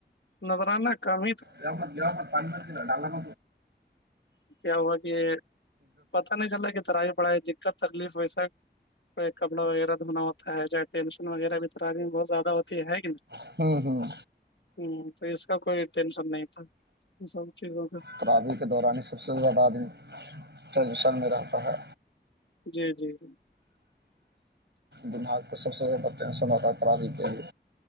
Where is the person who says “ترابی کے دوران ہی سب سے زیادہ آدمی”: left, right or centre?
Right